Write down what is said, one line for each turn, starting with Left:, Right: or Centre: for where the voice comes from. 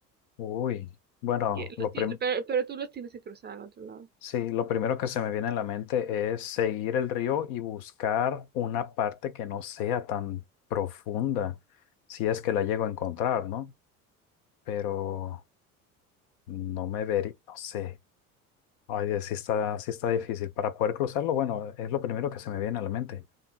Left: Uy. Bueno,
Right: que
Left: lo
Right: los ti-
Left: prim-
Right: pero, pero tú los tienes que cruzar al otro lado.
Left: sí, lo primero que se me viene a la mente es seguir el río y buscar una parte que no sea tan profunda, si es que la llego a encontrar, ¿no? Pero no me vería, no sé. Ay, Dios, sí está, sí está difícil. Para poder cruzarlo, bueno, es lo primero que se me viene a la mente.